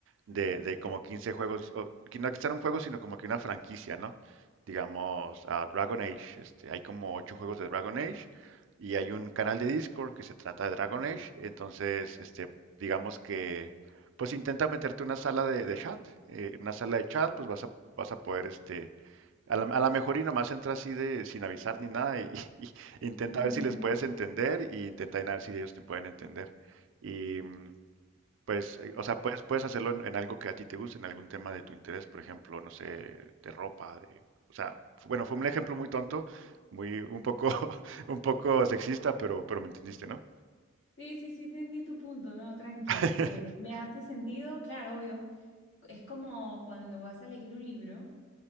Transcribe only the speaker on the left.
<laughs> Ujú.
Sí, sí, sí, entendí tu punto, no, tranqui.
Eh, me hace sentido, claro, obvio. Es como cuando vas a elegir un libro.